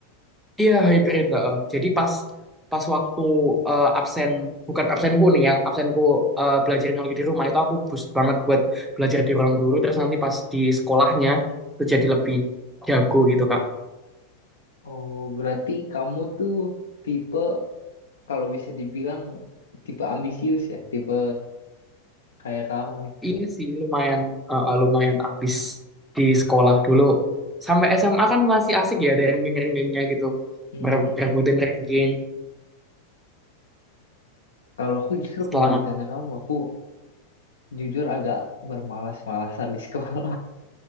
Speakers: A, in the centre; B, on the left (about 65°).
A: iya hybrid heeh. jadi pas pas waktu eh, absen bukan absenku nih yang absenku eh, belajarnya lagi di rumah itu aku boost banget buat belajar di ruang guru terus nanti pas di sekolahnya itu jadi lebih jago gitu Kak
B: Oh, berarti kamu tuh tipe kalau bisa dibilang tipe ambisius ya, tipe kayak kamu nih.
A: Iya sih lumayan eh, lumayan ambis di sekolah dulu sampai SMA kan masih asik ya ada ranking-rankingnya gitu
B: Mm-mm.
A: Mere- merebutin ranking
B: Kalau aku justru
A: setelah
B: kebalikannya
A: ma-
B: kamu, aku jujur agak bermalas-malasan di sekolah